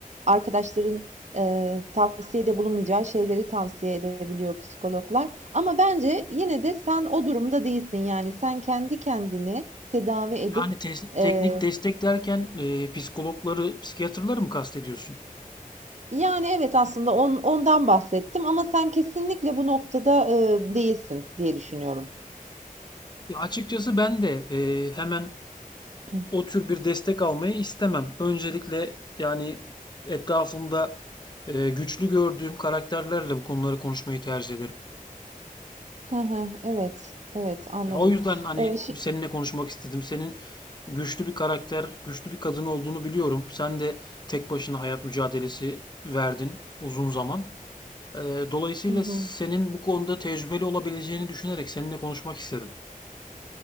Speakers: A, on the right; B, on the left.
A: arkadaşların, eee, tavsiyede bulunmayacağı şeyleri tavsiye edebiliyor psikologlar. Ama bence yine de sen o durumda değilsin. Yani, sen kendi kendini tedavi edip,
B: Yani tes-
A: eee,
B: teknik destek derken e, psikologları, psikiyatrları mı kastediyorsun?
A: Yani, evet, aslında on ondan bahsettim ama sen kesinlikle bu noktada, eee, değilsin diye düşünüyorum.
B: Ya açıkçası ben de e, hemen
A: <clears throat>
B: o tür bir destek almayı istemem. Öncelikle yani etrafımda Ee, güçlü gördüğüm karakterlerle bu konuları konuşmayı tercih ederim.
A: Hı hı. Evet, evet, anladım.
B: Ya, o yüzden hani
A: Eee, şi
B: seninle konuşmak istedim. Senin güçlü bir karakter, güçlü bir kadın olduğunu biliyorum. Sen de tek başına hayat mücadelesi verdin uzun zaman. Ee, dolayısıyla
A: Hı hı.
B: senin bu konuda tecrübeli olabileceğini düşünerek seninle konuşmak istedim.